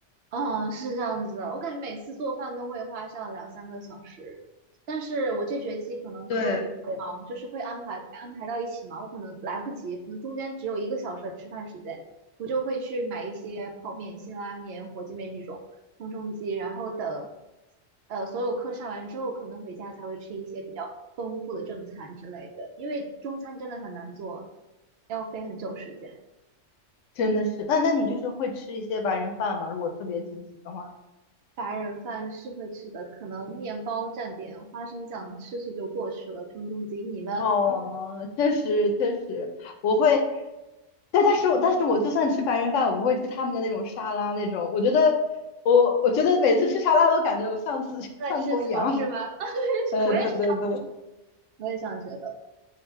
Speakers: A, on the right; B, on the left.
A: 嗯，是这样子的，我感觉每次做饭都会花上两三个小时，但是我这学期可能课比较忙，
B: 对，
A: 就是会安排安排到一起嘛，我可能来不及，可能中间只有一个小时的吃饭时间，我就会去买一些泡面、辛拉面、火鸡面这种充充饥，然后等呃所有课上完之后，可能回家才会吃一些比较丰富的正餐之类的，因为中餐真的很难做，要费很久时间。
B: 真的是，那那你就是会吃一些白人饭嘛？如果特别紧急的话，
A: 白人饭是会吃的，可能面包蘸点花生酱吃吃就过去了，冲冲劲。你呢？
B: 哦，
A: 你
B: 确实确实，我会，对，但是我但是我就算吃白人饭，我不会吃他们的那种沙拉那种，我觉得我我觉得每次吃沙拉都感觉我像次 <laughs>
A: 在吃草是吗？
B: 像头羊，<laughs>
A: <laughs>
B: 呃，
A: 我也是，
B: 对对对，
A: 我也这样觉得。